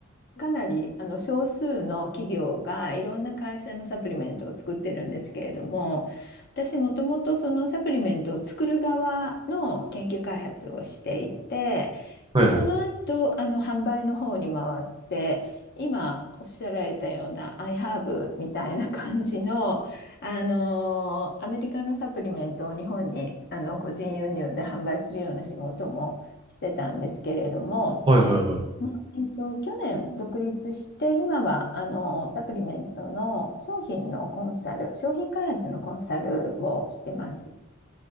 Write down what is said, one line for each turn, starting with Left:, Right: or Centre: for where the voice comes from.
Left: かなりあの少数の企業がいろんな会社のサプリメントを作ってるんですけれども、私もともとそのサプリメントを作る側の研究開発をしていて、
Right: はいはい。
Left: で、その後、あの販売の方に回って、今おっしゃられたような iHerb みたいな感じの、あのアメリカのサプリメントを日本にあの個人輸入で販売するような仕事もしてたんですけれども、
Right: はいはいはい。
Left: まあ、えっと、去年独立して今はあのサプリメントの商品のコンサル、商品開発のコンサルをしてます。